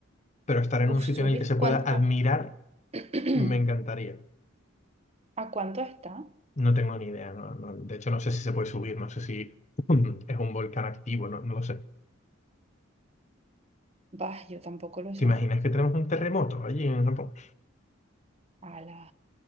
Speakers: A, on the left (about 35°); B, on the right (about 30°).
A: pero estar en un
B: Uf,
A: sitio
B: subir
A: en el que se pueda
B: cuando...
A: admirar
B: <clears throat>
A: me encantaría.
B: ¿A cuánto está?
A: No tengo ni idea, no- no- de hecho no sé si se puede subir, no sé si <clears throat> es un volcán activo, no, no lo sé.
B: Bah, yo tampoco lo sé.
A: ¿Te imaginas que tenemos un terremoto allí en Japón?
B: A la...